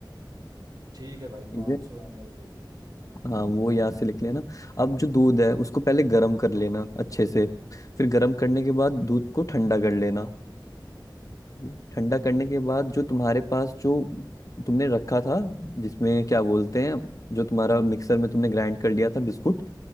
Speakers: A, on the right (about 60°); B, on the left (about 45°).
A: ठीक है भाई
B: ठीक
A: 500
B: है
A: सौ एम एल दूध
B: हाँ वो यहाँ से लिख लेना अब जो दूध है उसको पहले गर्म कर लेना अच्छे से फिर गर्म करने के बाद दूध को ठंडा कर लेना ये ठंडा करने के बाद जो तुम्हारे पास जो तुमने रखा था जिसमें क्या बोलते हैं जो तुम्हारा मिक्सर में तुमने ग्राइंड कर लिया था बिस्कुट